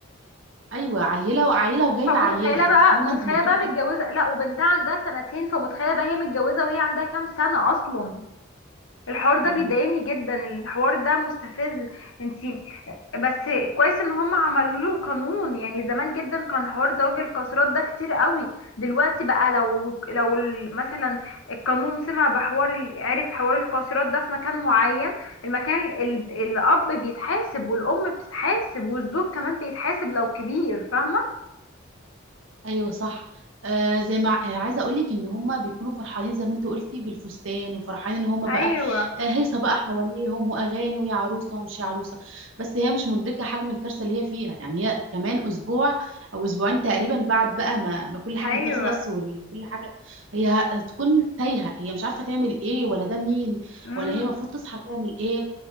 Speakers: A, on the right (about 80°); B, on the left (about 85°).
A: ايوه عيله وعيله وجايبه
B: فمتخيله
A: عيله
B: بقى
A: انت فاهمه
B: متخيله
A: انت مدركه
B: بقى متجوزه
A: اصلا
B: لا وبنتها عندها سنتين فمتخيله بقى هي متجوزه وهي عندها كام سنه اصلا الحوار ده
A: مم.
B: بيضايقني جدا الحوار ده مستفز انتي بس كويس ان هم عملوا له قانون يعني زمان جدا كان حوار زواج القاصرات ده كتير قوي دلوقتي بقى لو لو ال- مثلا القانون سمع بحوار ال- عرف حوار القاصرات ده في مكان معين المكان ال- الاب بيتحاسب والام بتتحاسب والزوج كمان بيتحاسب لو كبير فاهمة
A: ايوه صح آه زي ما آه عايزه اقول لك ان هم بيكونوا فرحانين زي ما انت قلتي بالفستان وفرحانين ان هم
B: ايوه
A: بقى آه هيصه بقى حواليهم واغاني ويا عروسه ومش يا عروسه بس هي مش مدركه حجم الكارثه اللي هي فيها يعني هي كمان اسبوع او اسبوعين تقريبا بعد بقى ما, ما كل حاجه
B: ايوه
A: تخلص وكل حاجه هي هتكون تايهه هي مش عارفه تعمل ايه ولا ده مين
B: امم
A: ولا هي المفروض تصحى تعمل ايه